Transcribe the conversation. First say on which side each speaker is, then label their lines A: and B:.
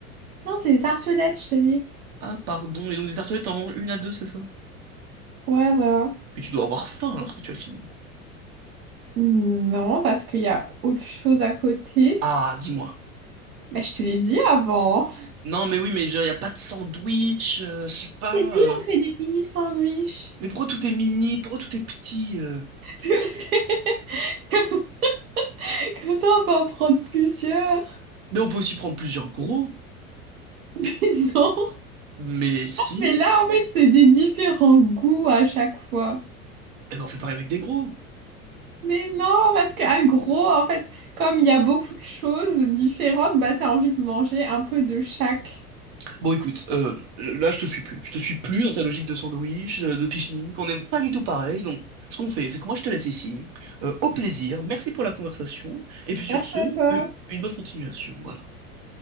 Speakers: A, on the right (about 70°); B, on the right (about 40°).
A: Non, c'est des tartelettes, je t'ai dit.
B: Ah pardon. Et donc des tartelettes, t'en manges une à deux, c'est ça?
A: Ouais, voilà.
B: Mais tu dois avoir faim alors que tu as fini.
A: Non, parce qu'il y a autre chose à côté.
B: Ah, dis-moi.
A: Bah, je te l'ai dit avant.
B: Non, mais oui, mais il n'y a pas de sandwich, euh, je sais pas.
A: Je t'ai dit,
B: euh.
A: on fait des mini sandwichs.
B: Mais pourquoi tout est mini? Pourquoi tout est petit? euh
A: <laughs> Parce que <laughs> comme ça, on peut en prendre plusieurs.
B: Mais on peut aussi prendre plusieurs gros.
A: <laughs> Non.
B: Mais si,
A: Mais là, en fait, c'est des différents goûts à chaque fois.
B: eh ben on fait pareil avec des gros.
A: Mais non, parce qu'un gros, en fait, comme il y a beaucoup de choses différentes, bah t'as envie de manger un peu de chaque.
B: Bon, écoute, euh, je- là, je te suis plus. Je te suis plus dans ta logique de sandwich, euh, de pique-nique. On n'est pas du tout pareil. Donc, ce qu'on fait, c'est que moi, je te laisse ici. Euh, au plaisir. Merci pour la conversation. Et puis, sur
A: Merci
B: ce,
A: à toi.
B: euh, une bonne continuation. Voilà.